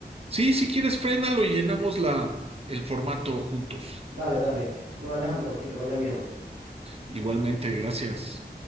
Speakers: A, on the right; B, on the right.
A: Sí, si quieres, frénalo y llenamos la el formato juntos.
B: Dale, dale. Bueno, Alejandro, que te vaya bien.
A: Igualmente, gracias.